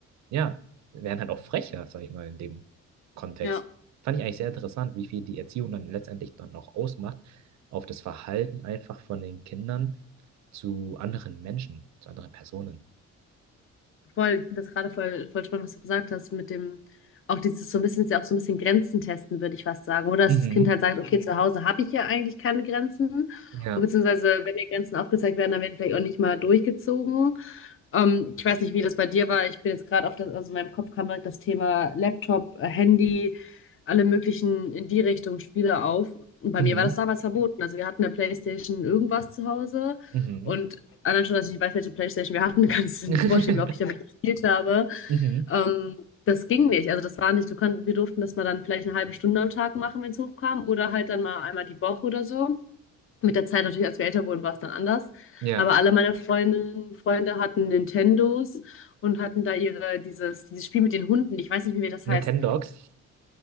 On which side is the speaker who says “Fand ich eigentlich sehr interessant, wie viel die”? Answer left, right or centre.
Right